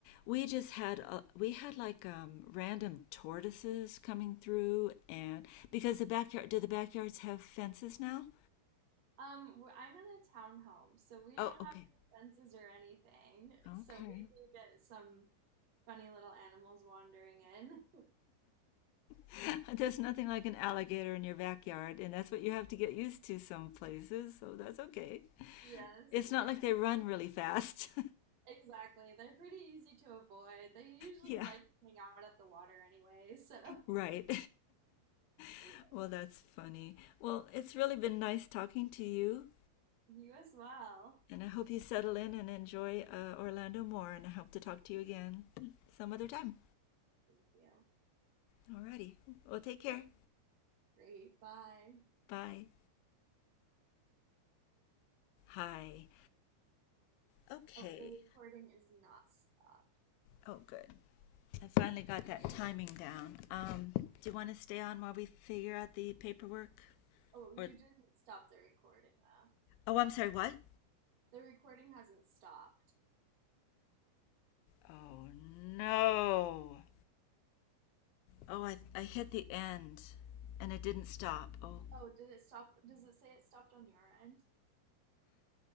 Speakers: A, on the left; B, on the right.
A: we just had a, we had like um, random tortoises coming through, and because the backyard do the backyards have fences now?
B: Um w- I'm in a townhome, so we don't
A: Oh, okay,
B: have any fences or anything.
A: okay.
B: So we do get some funny little animals wandering in. <laughs>
A: <laughs> There's nothing like an alligator in your backyard, and that's what you have to get used to some places. So that's okay.
B: Yes,
A: It's not
B: yes.
A: like they run really fast.
B: Exactly. They're pretty easy to avoid. They usually
A: <laughs> yeah,
B: like to hang out at the water anyway, so
A: right. <laughs>
B: <laughs> yeah.
A: well, that's funny. Well, it's really been nice talking to you.
B: You as well.
A: And I hope you settle in and enjoy uh, Orlando more. And I hope to talk to you again some other time.
B: Thank you.
A: Alrighty. Well, take care.
B: Great. Bye.
A: Bye. Hi. Okay.
B: Oh, the recording is not stopped.
A: Oh, good. I finally got that timing down. Um, do you want to stay on while we figure out the paperwork?
B: Oh, you
A: Or
B: didn't stop the recording though.
A: oh, I'm sorry. What?
B: The recording hasn't stopped.
A: Oh no. Oh, I I hit the end, and it didn't stop. Oh.
B: Oh, did it stop? Does it say it stopped on your end?